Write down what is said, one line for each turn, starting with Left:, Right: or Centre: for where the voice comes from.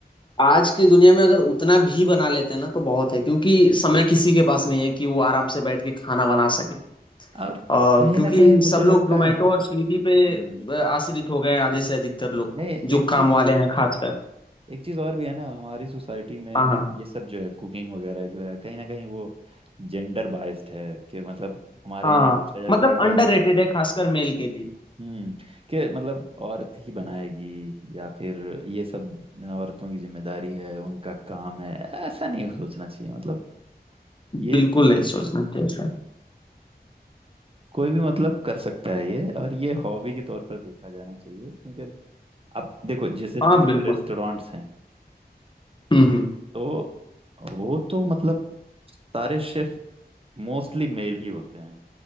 Left: आज की दुनिया में अगर उतना भी बना लेते हैं ना तो बहुत है क्योंकि समय किसी के पास नहीं है कि वो आराम से बैठ के खाना बना सके
Right: और
Left: और
Right: कहीं
Left: क्योंकि
Right: ना कहीं मुझे
Left: सब
Right: लगता
Left: लोग जोमेटो
Right: है
Left: और स्विगी
Right: हम्म,
Left: पे अ, आश्रित हो गए हैं, आधे से अधिकतर लोग
Right: नहीं
Left: जो
Right: एक चीज
Left: काम वाले हैं खासकर
Right: एक चीज़ और भी है ना हमारी सोसाइटी में
Left: हाँ हाँ
Right: ये सब जो है कुकिंग वगैरह जो है कहीं ना कहीं वो जेंडर बाइस्ड है कि मतलब हमारे
Left: हाँ
Right: यहाँ ये सोचा जाता
Left: मतलब
Right: है कि
Left: अंडररेटेड
Right: भाई
Left: है खासकर मेल के लिए
Right: हम्म कि मतलब औरत ही बनाएगी या फिर ये सब औरतों की जिम्मेदारी है उनका काम है ऐसा नहीं सोचना चाहिए मतलब ये
Left: बिल्कुल
Right: तो
Left: नहीं सोचना चाहिए सर
Right: कोई भी मतलब कर सकता है ये और ये हॉबी के तौर पर देखा जाना चाहिए क्योंकि अब देखो जैसे जितने
Left: हाँ बिल्कुल
Right: भी रेस्टोरेंट्स हैं
Left: हम्म हम्म
Right: तो वो तो मतलब सारे शेफ मोस्टली मेल ही होते हैं